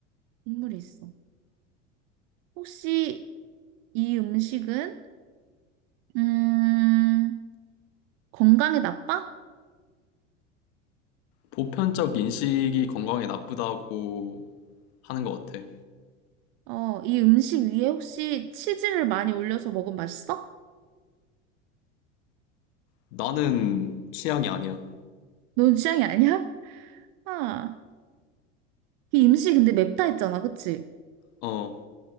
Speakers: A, on the right; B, on the left.
A: 국물이 있어. 혹시 이 음식은 음 건강에 나빠?
B: 보편적 인식이 건강에 나쁘다고 하는 것 같아.
A: 어, 이 음식 위에 혹시 치즈를 많이 올려서 먹으면 맛있어?
B: 나는 취향이 아니야.
A: 넌 취향이 아니야? 아, 이 음식 근데 맵다 했잖아, 그치?
B: 어,